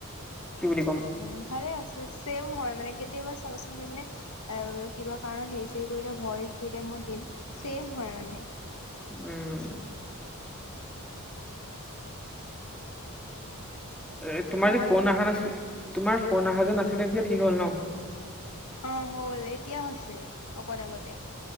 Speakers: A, in the centre; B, on the left.
A: কি বুলি ক'ম
B: উ ভালে আছে ছেম হয় মানে কেতিয়াবা চাবাচোন মই মানে এ কিবা কাৰণত সেই চেই কৰিলে ভইচ দিলে মই দিম। ছেম হয় মানে
A: উম। এ তোমাৰ
B: কোৱা
A: যে ফোন
B: আৰু
A: অহা নাছিল তোমাৰ ফোন অহা যে নাছিলে এতিয়া ঠিক হ'ল ন?
B: অ হল এতিয়া হৈছে অকণ আগতে।